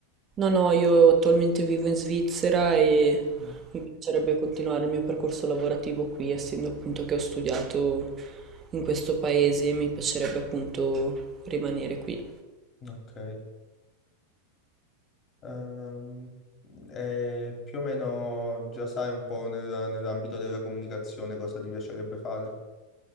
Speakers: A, on the right (about 25°); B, on the left (about 30°).
A: No, no, io attualmente vivo in Svizzera e
B: Mm,
A: mi piacerebbe continuare il mio percorso lavorativo qui, essendo appunto che ho studiato in questo paese, mi piacerebbe appunto rimanere qui.
B: Ok. Ehm, e più o meno già sai un po' nel- nell'ambito della comunicazione cosa ti piacerebbe fare?